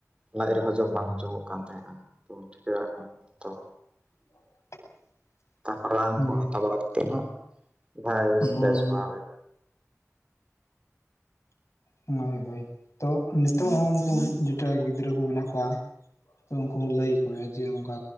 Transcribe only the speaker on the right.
ᱞᱟᱡ ᱨᱮᱦᱚᱸ ᱡᱚᱢ ᱵᱟᱝ ᱦᱚᱡᱚᱢᱚᱜ ᱠᱟᱱ ᱛᱟᱦᱮᱸᱜ-ᱟ ᱛᱚ ᱴᱷᱤᱠᱟᱹ ᱫᱟᱲᱮᱭᱟᱜ ᱠᱟᱱᱟ ᱜᱮᱭᱟ ᱛᱚ,
ᱛᱟᱯᱚᱨ ᱨᱟᱱ
ᱠᱚ ᱦᱟᱛᱟᱣ ᱵᱟᱲᱟ ᱠᱟᱛᱮᱫ ᱱᱟᱦᱟᱜ ᱵᱟᱭ
ᱵᱮᱥ ᱵᱟᱲᱟᱣ ᱦᱩᱭᱱᱟ